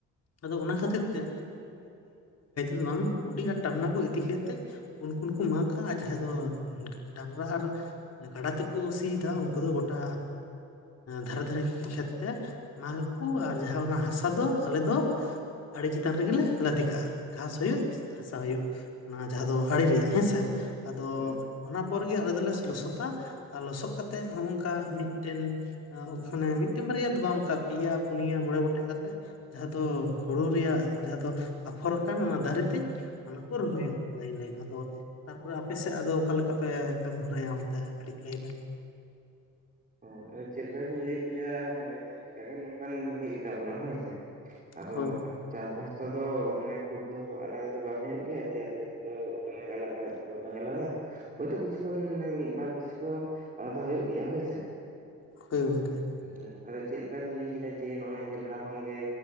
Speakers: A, on the left (about 55°); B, on the right (about 30°).
A: ᱟᱫᱚ ᱚᱱᱟ ᱠᱷᱟᱹᱛᱤᱨ ᱛᱮ ᱫᱚ ᱵᱟᱝ ᱠᱩᱰᱤ ᱟᱨ ᱴᱟᱝᱱᱟ ᱠᱚ ᱤᱫᱤ ᱠᱮᱛᱮ ᱩᱱ ᱠᱚ ᱢᱟᱜᱼᱟ ᱟᱨ ᱡᱟᱦᱟᱸᱭ ᱫᱚᱼᱼ ᱰᱟᱝᱨᱟ ᱟᱨ ᱜᱟᱰᱟ ᱛᱮᱠᱚ ᱥᱤᱭᱮᱫᱟ ᱩᱱᱠᱩ ᱫᱚ ᱜᱚᱴᱟᱼᱼ ᱫᱷᱟᱨᱮ ᱫᱷᱟᱨᱮ ᱠᱷᱮᱛ ᱛᱮ ᱢᱟᱜ ᱟᱠᱚ ᱟᱨ ᱡᱟᱦᱟᱸ ᱚᱱᱟ ᱦᱟᱥᱟ ᱫᱚ ᱟᱞᱮ ᱫᱚᱼᱼ ᱟᱲᱮ ᱪᱮᱛᱟᱱ ᱨᱮᱜᱮᱞᱮ ᱞᱟᱫᱮ ᱠᱟᱜᱼᱟ ᱜᱷᱟᱸᱥ ᱦᱩᱭᱩᱜ ᱦᱟᱥᱟ ᱦᱩᱭᱩᱜ ᱚᱱᱟ ᱡᱟᱦᱟᱸ ᱫᱚ ᱟᱲᱮ ᱨᱮᱭᱟᱜ᱾ ᱦᱮᱸᱥᱮ ᱟᱫᱚ
B: ᱦᱩᱸ
A: ᱚᱱᱟ ᱯᱚᱨ ᱜᱮ ᱟᱞᱮ ᱫᱚᱞᱮ ᱞᱚᱥᱚᱫᱟ᱾ ᱟᱨ ᱞᱚᱥᱚᱫ ᱠᱟᱛᱮᱫ ᱦᱚᱸᱜ-ᱚ ᱱᱚᱝᱠᱟ ᱢᱤᱫᱴᱮᱱ ᱢᱟᱱᱮ ᱢᱤᱫᱴᱮᱱ ᱵᱟᱨᱭᱟ ᱫᱚ ᱵᱟᱝ ᱚᱱᱠᱟ ᱯᱮᱭᱟ ᱯᱩᱱᱭᱟ ᱢᱚᱬᱮ ᱜᱚᱴᱮᱡ ᱠᱟᱛᱮᱫ ᱡᱟᱦᱟᱸ ᱫᱚ ᱦᱩᱲᱩ ᱨᱮᱭᱟᱜ ᱡᱟᱦᱟᱸ ᱫᱚ ᱟᱯᱷᱚᱨ ᱟᱠᱟᱱᱟ ᱫᱟᱨᱮ ᱛᱮᱼᱼ ᱚᱱᱟ ᱠᱚ ᱨᱚᱦᱚᱭᱟ ᱞᱟᱭᱤᱱ ᱞᱟᱭᱤᱱ ᱟᱫᱚᱼᱼ ᱛᱟᱨᱯᱚᱨᱮ ᱟᱯᱮ ᱥᱮᱫ ᱟᱫᱚ ᱚᱠᱟ ᱞᱮᱠᱟ ᱯᱮ ᱠᱟᱹᱢᱤ ᱦᱚᱨᱟᱭᱟ ᱚᱱᱛᱮ ᱠᱟᱹᱴᱤᱡ ᱞᱟᱹᱭ ᱢᱮ?
B: ᱦᱳᱭ ᱟᱫᱚ ᱪᱮᱫᱠᱟ ᱵᱤᱱ ᱞᱟᱹᱭ ᱠᱮᱫᱟ ᱟᱹᱰᱤᱴᱮ ᱱᱚᱝᱠᱟ ᱢᱤᱫ ᱜᱮᱛᱟᱵᱚᱱᱟ ᱦᱳᱭ ᱥᱮ ᱟᱫᱚᱼᱼ
A: ᱦᱳᱭ
B: ᱪᱟᱥᱵᱟᱥ ᱛᱮᱫᱚ ᱢᱟᱱᱮ ᱠᱷᱩᱵᱽ ᱫᱚ ᱟᱞᱟᱫᱟ ᱫᱚ ᱵᱟᱝ ᱦᱩᱭᱩᱜ ᱜᱮᱭᱟ ᱡᱮ ᱟᱯᱮᱥᱮᱫ ᱫᱚ ᱫᱚᱢᱮ ᱟᱞᱟᱫᱟ᱾ ᱵᱟᱝ ᱟᱞᱟᱫᱟ ᱦᱳᱭᱛᱳ ᱠᱤᱪᱷᱩᱜᱟᱱ ᱢᱮ ᱢᱤᱫ ᱵᱟᱨ ᱠᱤᱪᱷᱩ ᱫᱚ ᱟᱞᱟᱫᱟ ᱦᱩᱭᱩᱜ ᱜᱮᱭᱟ ᱦᱳᱭ ᱥᱮᱼᱼ
A: ᱦᱳᱭ ᱜᱚᱢᱠᱮ
B: ᱦᱮᱸ ᱟᱫᱚ ᱪᱮᱫ ᱞᱮᱠᱟ ᱵᱤᱱ ᱞᱟᱹᱭ ᱠᱮᱫᱟ ᱡᱮ ᱱᱚᱜ-ᱚᱭ ᱡᱮ ᱞᱟᱦᱟᱼᱼ ᱠᱷᱚᱱ ᱜᱮ